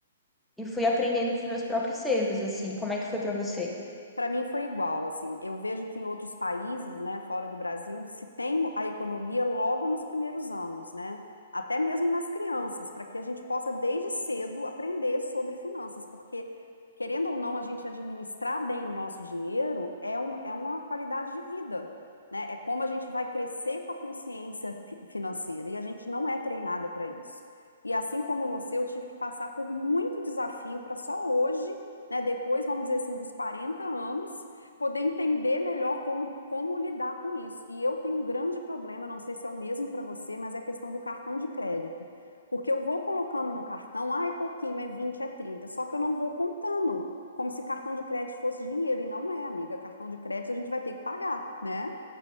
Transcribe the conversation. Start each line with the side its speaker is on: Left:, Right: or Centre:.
Centre: e fui aprendendo com os meus próprios erros, assim. Como é que foi para você?
Left: Para mim foi igual, assim. Eu vejo que em outros países, né, fora do Brasil, se tem a economia logo nos primeiros anos, né? Até mesmo nas crianças, para que a gente possa desde cedo aprender sobre finanças, porque querendo ou não, a gente administrar bem o nosso dinheiro é um, é uma qualidade de vida, né? É como a gente vai crescer com a consciência fi- financeira e a gente não é treinada para isso. E assim como você, eu tive que passar por muito desafio para só hoje né, depois, vamos dizer assim, dos 40 anos, poder entender melhor como, como lidar com isso. E eu tenho um grande problema, não sei se é o mesmo para você, mas é a questão do cartão de crédito. Porque eu vou colocando no cartão, ah, é pouquinho, é vinte é 30, só que eu não vou contando, como se cartão de crédito fosse dinheiro, e não é, amiga. Cartão de crédito a gente vai ter que pagar, né?